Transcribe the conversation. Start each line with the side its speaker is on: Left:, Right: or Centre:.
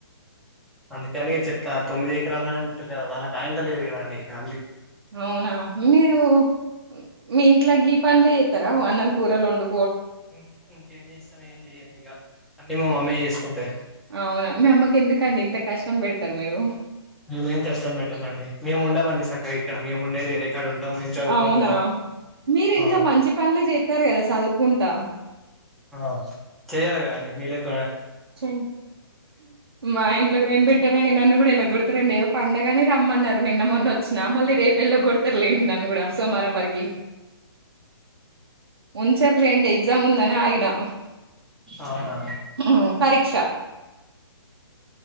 Centre: అందుకే అని చెప్తాను తొమ్మిది ఎకరాలు అంటారు కదా వాళ్ళకి ఆయంత లేదు కదండి <unintelligible>
Right: అవునా! మీరు హ్మ్, మీ ఇంట్లో గీ పనులు చేస్తారా అన్నం కూరలు వండు
Centre: ఇం ఇంకేం చేస్తాం ఏం చెయ్య ఇక అన్ని మా మమ్మీ చేసుకుంటాది
Right: అవునా మీ అమ్మకి ఎందుకండి ఇంత కష్టం పెడుతరు మీరు
Centre: మేమేం కష్టం పెట్టామండి మేము ఉండమండి సక్కగా ఇక్కడ మేము ఉండేది వేరే కాడ ఉంటాం మేము చదువుకుంటున్నాం
Right: అవునా మీరు ఇంకా
Centre: ఆ
Right: మంచి పనులే జేత్తారు కదా చదువుకుంటా
Centre: ఆ చెయ్యాలి గదా అండి మీ లెక్
Right: చెన్ మా ఇంట్లో కూడా ఏం పెట్టరండి నన్ను కూడా ఎల్లగొడతరండి ఏదో పండగని రమ్మన్నారు నిన్న మొన్న వచ్చినా మళ్ళీ రేపు ఎల్లగొడతారులేండి నన్ను కూడా సోమవారం వరకి ఉంచర్లేండి ఎగ్జామ్ ముందనే ఆగినా
Centre: అవునా
Right: హ్ పరీక్ష